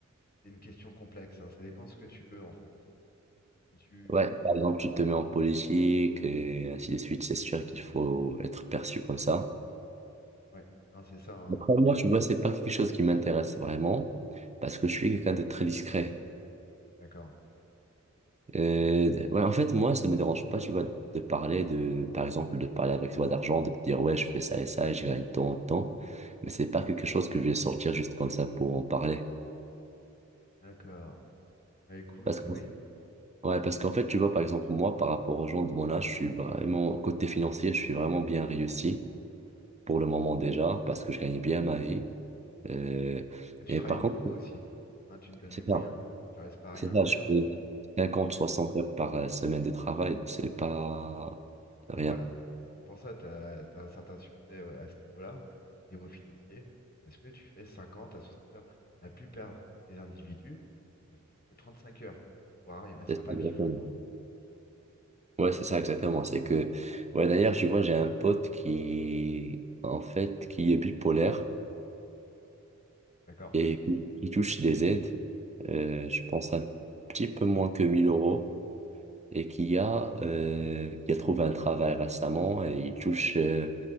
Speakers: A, on the left (about 30°); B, on the right (about 25°).
A: c'est une question complexe, hein. Ça dépend ce que tu veux en fait. Si tu...
B: Ouais, par exemple, tu te mets en politique et ainsi de suite, c'est sûr qu'il faut être perçu comme ça.
A: Ouais, non, c'est ça, hein.
B: Après, moi, tu vois, c'est pas quelque chose qui m'intéresse vraiment parce que je suis quelqu'un de très discret.
A: D'accord.
B: Euh, ouais, en fait, moi, ça me dérange pas, tu vois, de parler de, par exemple, de parler avec toi d'argent, de te dire, ouais, je fais ça et ça, et je gagne tant, tant. Mais c'est pas quelque chose que je vais sortir juste comme ça pour en parler.
A: D'accord. Bah écoute,
B: Parce que,
A: oui,
B: ouais, parce qu'en fait, tu vois, par exemple, moi, par rapport aux gens de mon âge, je suis vraiment, côté financier, je suis vraiment bien réussi pour le moment déjà, parce que je gagne bien ma vie. Euh,
A: Bah, tu
B: et
A: travailles
B: par
A: beaucoup
B: contre,
A: aussi. Hein, tu te donnes
B: c'est
A: les moyens.
B: ça,
A: Tu restes pas à
B: c'est
A: rien
B: ça,
A: faire.
B: je fais 50 60 heures par semaine de travail, c'est pas rien.
A: Ben Voilà. C'est pour ça que tu as, un certain succès ouais, à ce niveau-là, au niveau financier, parce que tu fais 50 à 60 heures. La plupart des individus ne font que 35 heures, voire il y en a certains
B: C'est ça, exactement.
A: qui font moins.
B: Ouais, c'est ça, exactement. C'est que, ouais, d'ailleurs, je vois, j'ai un pote qui, en fait, qui est bipolaire
A: D'accord?
B: et qui qui touche des aides, euh, je pense un petit peu moins que 1000 euros et qui a, euh, qui a trouvé un travail récemment et il touche, euh,